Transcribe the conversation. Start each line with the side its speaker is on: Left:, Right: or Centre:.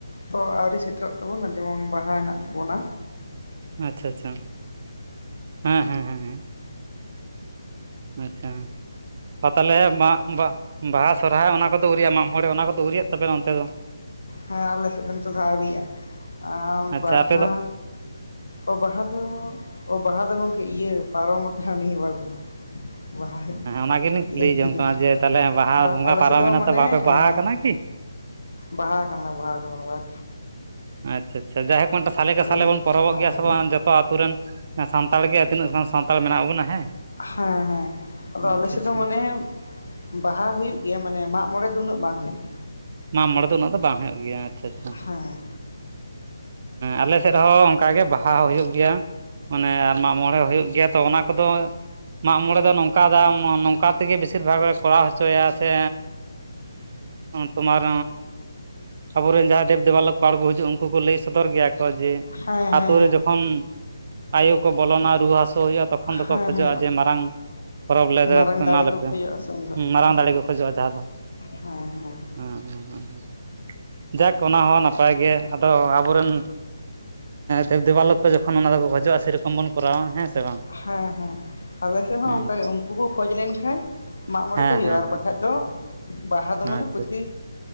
Left: ᱛᱚ ᱟᱹᱣᱨᱤ ᱥᱮᱴᱮᱨᱚᱜ ᱛᱟᱵᱚᱱᱟ ᱡᱮᱹᱢᱚᱱ ᱵᱟᱦᱟᱹ ᱦᱮᱸᱱᱟᱜ ᱛᱟᱵᱚᱱᱟᱹ
Right: ᱟᱼᱪᱷᱟ ᱟᱼᱪᱷᱟ ᱦᱮᱸ ᱦᱮᱸ ᱦᱮᱸ ᱦᱮᱸ ᱟᱼᱪᱷᱟ ᱵᱟ ᱛᱟᱦᱚᱸᱞᱮ ᱢᱟᱹ ᱵᱟᱹ ᱵᱟᱦᱟ ᱥᱚᱨᱚᱦᱟᱼᱭ ᱚᱱᱟ ᱠᱚᱫᱚᱹ ᱩᱨᱤᱭᱼᱟ ᱢᱟᱜᱢᱚᱸᱬᱮ ᱚᱱᱟᱹ ᱠᱚᱫᱚᱹ ᱟᱹᱩᱨᱤᱭᱟᱜ ᱛᱟᱵᱮᱱᱟ ᱚᱱᱛᱮ ᱫᱚ᱾
Left: ᱦᱮᱸ ᱟᱞᱮ ᱥᱮᱫ ᱫᱚ ᱱᱤᱛᱚᱜ ᱫᱚ ᱦᱟᱨᱤᱣᱜᱼᱟ ᱟᱨ
Right: ᱟᱪᱪᱷᱟ
Left: ᱵᱟᱦᱟᱹ
Right: ᱟᱯᱮ ᱫᱚ
Left: ᱚ ᱵᱟᱦᱟᱹ ᱫᱚ ᱵᱟᱦᱟᱹ ᱫᱚ ᱜᱚᱝᱹᱠᱮ ᱤᱭᱟᱹ ᱯᱟᱨᱚᱢ ᱟᱼᱠᱟᱱᱟ ᱱᱤᱦ ᱵᱟᱨ ᱫᱚ᱾ <inaudible> ᱵᱟᱦᱟ ᱦᱮᱸ
Right: ᱚᱱᱟ ᱜᱮᱞᱤᱧ ᱠᱩᱞᱤ
Left: ᱞᱮ
Right: ᱡᱚᱝ
Left: ᱤ ᱠᱮᱫᱟ
Right: ᱠᱟᱱᱟ ᱡᱮ
Left: ᱦᱮᱸ
Right: ᱛᱟᱦᱚᱞᱮ ᱵᱟᱦᱟ
Left: ᱵᱟᱦ
Right: ᱵᱚᱸᱜᱟ
Left: ᱟᱼᱞᱮ
Right: ᱯᱟᱨᱚᱢᱮᱱᱟ
Left: ᱥᱮᱫ ᱫᱚ ᱢᱟᱹᱱᱮ
Right: ᱛᱚ ᱵᱟᱯᱮ
Left: ᱦᱮᱸ
Right: ᱵᱟᱦᱟ ᱟᱠᱟᱱᱟ ᱠᱤ
Left: ᱵᱟᱦᱟ ᱠᱟᱱᱟ ᱞᱮᱸ ᱵᱟᱦᱟ ᱠᱟᱱᱟ ᱞᱮᱸ
Right: ᱟᱼᱪᱷᱟ ᱟᱼᱪᱷᱟ ᱡᱟᱸᱟᱭᱦᱳ ᱢ ᱢᱤᱫᱴᱮᱱ ᱥᱟᱞᱮ ᱠᱟ ᱥᱟᱞᱮ
Left: ᱦᱮᱸ
Right: ᱵᱚᱱ ᱯᱚᱨᱚᱵᱚᱼᱜ ᱜᱮᱼᱭᱟ ᱥᱮᱵᱼᱧᱸ ᱡᱚᱛᱚ ᱟᱛᱩ ᱨᱮᱱ ᱥᱟᱱᱛᱟᱲᱹ ᱜᱮᱸ ᱛᱤᱱᱟᱹᱜ ᱥᱟᱣᱜᱸ ᱥᱟᱱᱛᱟᱲᱹ ᱢᱮᱱᱟᱼᱜ ᱵᱚᱱᱟ ᱦᱮᱸ
Left: ᱦᱮᱸ ᱦᱮᱸ ᱟᱫᱚ ᱟᱞᱮ
Right: ᱟᱪᱪᱷᱟ
Left: ᱥᱮᱫ
Right: ᱟᱪᱪᱷᱟ
Left: ᱢᱟᱱᱮ ᱵᱟᱦᱟ ᱦᱩᱭᱩᱜ ᱜᱮᱭᱟ ᱢᱟᱱᱮ ᱢᱟᱜ ᱢᱚᱬᱮ ᱫᱚ ᱩᱱᱟᱹᱜ ᱵᱟᱝ ᱦᱩᱭᱩᱜ ᱜᱮᱭᱟ
Right: ᱢᱚᱲ ᱫᱚᱱᱟᱹᱜ ᱫᱚ ᱵᱟᱝ ᱦᱩᱭᱩᱜ ᱜᱮᱭᱟ ᱟᱪᱪᱷᱟ ᱟᱷᱟ
Left: ᱦᱮᱸ
Right: ᱟᱞᱮ ᱥᱮᱫ ᱦᱚᱸ ᱚᱱᱠᱟᱜᱮ ᱵᱟᱦᱟ ᱦᱚᱸ ᱦᱩᱭᱩᱜ ᱜᱮᱭᱟ ᱢᱟᱱᱮ ᱟᱨ ᱢᱟᱜ ᱢᱚᱬᱮ ᱦᱩᱭᱩᱜ ᱜᱮᱭᱟ ᱛᱚ ᱚᱱᱟ ᱠᱚᱫᱚ ᱢᱟᱜ ᱢᱚᱬᱮ ᱫᱚ ᱱᱚᱝᱠᱟ ᱫ ᱱᱚᱝᱠᱟ ᱛᱮᱜᱮ ᱵᱮᱥᱤᱨ ᱵᱷᱟᱜᱽ ᱠᱚᱨᱟᱣ ᱦᱚᱪᱚ ᱦᱚᱪᱚᱭᱟ ᱥᱮ ᱛᱳᱢᱟᱨ ᱟᱵᱚᱨᱮᱱ ᱡᱟᱦᱟᱸᱭ ᱫᱮᱵᱼ ᱫᱮᱵᱟᱞ ᱠᱚ ᱟᱬᱜᱚ ᱦᱤᱡᱩᱜᱼᱟ ᱩᱱᱠᱩ ᱠᱚ ᱞᱟᱹᱭ ᱥᱚᱫᱚᱨ ᱜᱮᱭᱟ ᱠᱚ ᱡᱮ
Left: ᱦᱮᱸ ᱦᱮᱸ
Right: ᱟᱛᱳ ᱨᱮ ᱡᱚᱠᱷᱚᱱ
Left: ᱦᱮᱸ
Right: ᱟᱭᱳ ᱠᱚ ᱵᱚᱞᱚᱱᱟ ᱨᱩᱣᱟᱹ ᱦᱟᱹᱥᱩ ᱦᱩᱭᱩᱜᱼᱟ ᱛᱚᱠᱷᱚᱱ
Left: ᱦᱮᱸ
Right: ᱫᱚᱠᱚ ᱠᱷᱚᱡᱚᱜᱼᱟ
Left: ᱦᱮᱸ
Right: ᱡᱮ ᱢᱟᱨᱟᱝ ᱯᱚᱨᱚᱵᱽ ᱞᱮ
Left: ᱢᱟᱨᱟᱝ
Right: ᱮᱢᱟᱞᱮᱯᱮ
Left: ᱫᱟᱲᱮ ᱠᱚ ᱠᱷᱚᱡᱚᱜᱼᱟ ᱥᱮ ᱩᱱ ᱡᱚᱦᱚᱜ
Right: ᱢᱟᱨᱟᱝ
Left: ᱦᱮᱸ
Right: ᱫᱟᱲᱮ ᱠᱚ ᱠᱷᱚᱡᱚᱜᱼᱟ ᱡᱟᱦᱟᱸ ᱫᱚ
Left: ᱦᱮᱸ ᱦᱮᱸ
Right: ᱦᱩᱸ ᱦᱩᱸ ᱦᱩᱸ ᱦᱩᱸ ᱡᱟᱠ ᱚᱱᱟ ᱦᱚᱸ ᱱᱟᱯᱟᱭ ᱜᱮ ᱟᱫᱚ ᱟᱵᱚᱨᱮᱱ ᱮᱸ ᱫᱮᱵᱟᱞᱳᱽ ᱡᱚᱠᱷᱱ ᱚᱱᱟᱠᱚ ᱠᱷᱚᱡᱚᱜᱼᱟ ᱥᱤᱨ ᱚᱢ ᱵᱚᱱ ᱠᱚᱨᱟᱣᱟ ᱦᱮᱸ ᱥᱮ ᱵᱟᱝ
Left: ᱦᱮᱸ ᱦᱮᱸ ᱟᱞᱮᱥᱮᱫ ᱦᱚᱸ
Right: ᱦᱮᱸ
Left: ᱚᱱᱠᱟ ᱩᱱᱠᱩ ᱠᱚ ᱠᱷᱚᱚᱡ ᱞᱮᱱᱠᱷᱟᱱ ᱢᱟᱜ ᱢᱚᱬᱮ
Right: ᱦᱮᱸ
Left: ᱫᱚ ᱦᱩᱭᱩᱜᱼᱟ ᱟᱨ
Right: ᱦᱮᱸ
Left: ᱵᱟᱠᱷᱟᱡ ᱫᱚ ᱵᱟᱦᱟ ᱫᱚ ᱢᱟᱱᱮ
Right: ᱟᱪᱪᱷᱟ
Left: ᱯᱚᱛᱤ